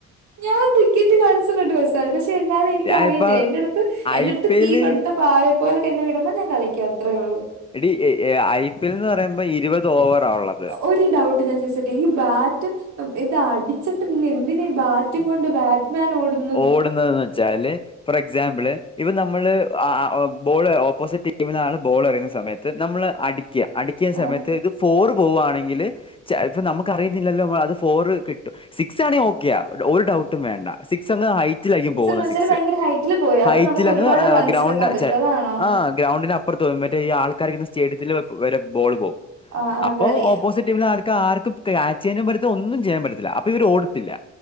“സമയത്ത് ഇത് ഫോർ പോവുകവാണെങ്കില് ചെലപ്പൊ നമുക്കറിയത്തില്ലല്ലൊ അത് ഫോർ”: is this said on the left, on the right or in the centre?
Left